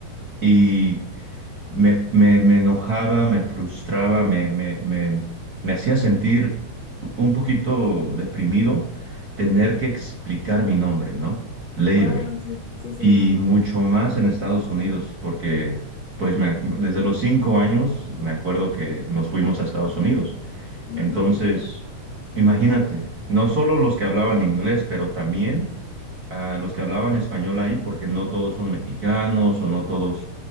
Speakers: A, on the right; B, on the left.
A: y me, me- me enojaba, me frustraba, me, me, me, me hacía sentir un poquito deprimido tener que explicar mi nombre, ¿no? Leiber.
B: Oh, sí, sí, sí,
A: Y
B: me imagino.
A: mucho más en Estados Unidos, porque pues me ac- desde los cinco años me acuerdo que nos fuimos a Estados Unidos.
B: Ujú.
A: Entonces, imagínate, no solo los que hablaban inglés, pero también a los que hablaban español ahí, porque no todos son mexicanos o no todos,